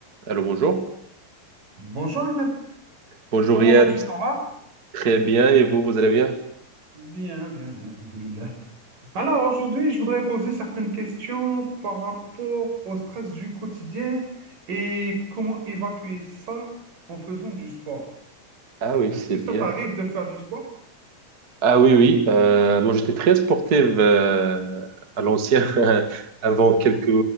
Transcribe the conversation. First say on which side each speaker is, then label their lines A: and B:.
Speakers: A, on the right; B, on the right.
A: Allô, bonjour.
B: Bonjour Ahmed,
A: Bonjour
B: comment
A: Riyad,
B: vas-tu?
A: vous
B: Ça va?
A: très bien et vous, vous allez bien?
B: Bien, bien, bien, alhamdoulilah. Alors aujourd'hui, je voudrais poser certaines questions par rapport au stress du quotidien et comment évacuer ça en faisant du sport.
A: Ah oui,
B: Est-ce
A: c'est
B: que
A: bien.
B: ça t'arrive de faire du sport?
A: Ah oui, oui. euh, moi, j'étais très sportive euh, à l'ancien, <laughs> avant quelques,